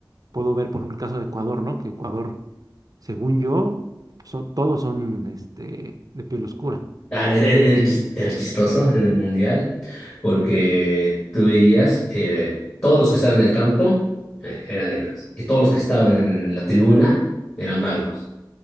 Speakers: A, on the right (about 55°); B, on the left (about 35°).
A: puedo ver, por ejemplo, el caso de Ecuador, ¿no? Que Ecuador, según yo, son, todos son este, de piel oscura.
B: Ah, Era, era- era chis- era chistoso en el mundial porque tú veías eh, todos los que estaban en el campo eh, eran negros y todos los que estaban en la tribuna eran blancos.